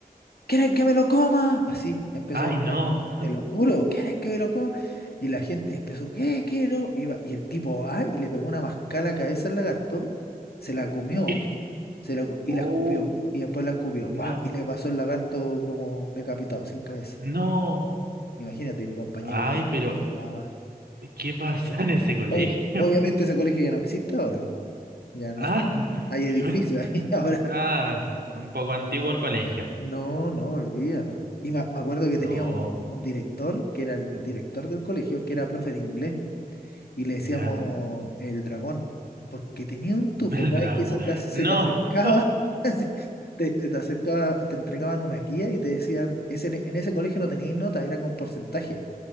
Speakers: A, on the left; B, on the right.
A: ¿Quieren que me lo coma? Así empezó
B: ay,
A: a gritar,
B: no.
A: te lo juro, ¿quieren que me lo coma? Y la gente empezó, ¿qué quiero? Y, va- y el tipo va y le pegó una mascada a la cabeza al lagarto, se la comió
B: <laughs>
A: se la, co- y
B: Oh.
A: la escupió, y después la escupió,
B: No,
A: ¡pua! y le pasó el lagarto como decapitado, sin cabeza.
B: no.
A: Imagínate, mi compañero
B: Ay,
A: lloraba,
B: pero
A: lloraba.
B: ¿qué pasa en ese colegio?
A: Obvi- obviamente
B: <laughs>
A: ese colegio ya no existe ahora, po. Ya no,
B: Ah,
A: <laughs> hay
B: me-
A: edificios
B: me-
A: ahí <laughs> ahora.
B: ah, un poco antiguo el colegio.
A: No, no, olvídalo. Y me, me acuerdo que tenía
B: Oh,
A: un, un director, que era el director del colegio, que era profe de inglés, y le decíamos
B: ya,
A: el dragón, porque tenía un tufo,
B: <laughs> el
A: cada
B: drago.
A: vez que se te, ac- se
B: No.
A: te acercaba,
B: oh,
A: <laughs> así, te- se te acercaba, te entregaban una guía y te decían, ese, en ese colegio no tenías nota, era con porcentaje.